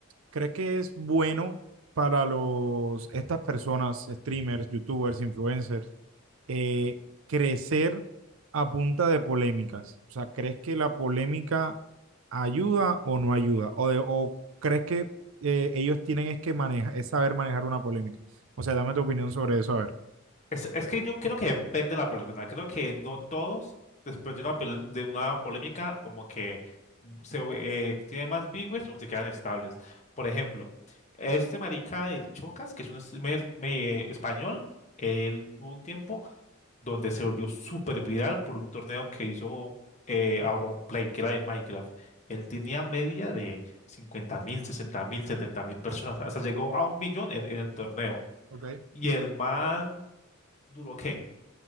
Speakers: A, on the right (about 70°); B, on the left (about 35°).
A: crees que es bueno para los, estas personas, streamers, youtubers, influencers, eh, crecer a punta de polémicas? O sea, ¿crees que la polémica ayuda o no ayuda? ¿O, de- o crees que eh, ellos tienen es que manejar, es saber manejar una polémica? O sea, dame tu opinión sobre eso, a ver.
B: Es, es que yo creo que depende de la persona. Creo que no todos, después de una, pel- de una polémica, como que se eh, tiene más viewers o se quedan estables. Por ejemplo, este marica del Chocas, que es un streamer eh, español, él tuvo un tiempo donde se volvió súper viral por un torneo que hizo eh, Auron Play, que era de Minecraft. Él tenía media de 50 mil, 60 mil, 70 mil personas, hasta llegó a un millón en, en el torneo.
A: Ok,
B: Y el man duró qué?